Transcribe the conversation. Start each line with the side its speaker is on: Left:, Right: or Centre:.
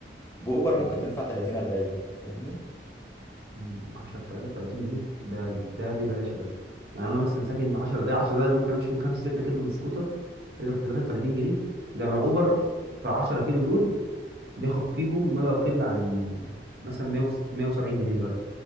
Left: باوبر
Right: 30
Left: ممكن تدفع 30 40 فاهمني
Right: مم، 10 ب 33 جنيه ده ده ببلاش يا باشا يعني انا مثلا ساكن 10 دقايق 10 دقايق انا ممكن امشي فيهم 5 6 كيلو بالسكوتر اضرب في 33 جنيه ده انا اوبر في 10 كيلو دول بياخد فيهم ما لا يقل عن مثلا 100 170 جنيه دلوقتي